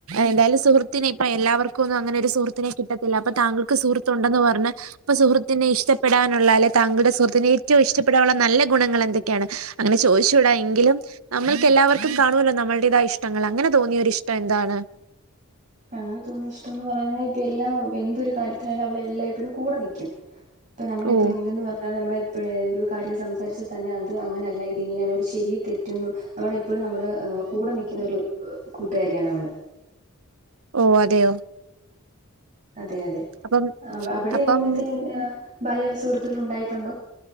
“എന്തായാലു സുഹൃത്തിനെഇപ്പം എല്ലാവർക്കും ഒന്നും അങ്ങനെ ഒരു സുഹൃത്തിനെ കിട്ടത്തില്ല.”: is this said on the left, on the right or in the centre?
Right